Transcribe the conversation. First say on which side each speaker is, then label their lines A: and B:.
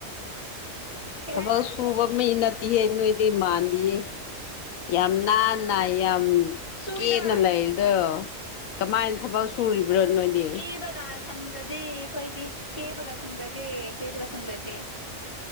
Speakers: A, on the left; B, on the left.
A: ꯀꯩ
B: ꯊꯕꯛ
A: ꯍꯥꯏꯕ
B: ꯁꯨꯕ ꯃꯤ ꯅꯠꯇꯤꯍꯦ ꯅꯣꯏꯗꯤ ꯃꯥꯟꯗꯤꯌꯦ ꯌꯥꯝ ꯅꯥꯟꯅ ꯌꯥꯝ
A: ꯁꯨꯃꯤꯗ
B: ꯀꯦꯅ ꯂꯩꯔꯤꯗꯣ ꯀꯃꯥꯏꯅ ꯊꯕꯛ ꯁꯨꯔꯤꯕ꯭ꯔꯣ ꯅꯣꯏꯗꯤ
A: ꯀꯦꯕꯒ ꯁꯪꯖꯗꯦ ꯑꯩꯈꯣꯏꯗꯤ ꯀꯦꯕꯒ ꯁꯪꯖꯗꯦ ꯀꯦꯕꯒ ꯁꯪꯖꯗꯦ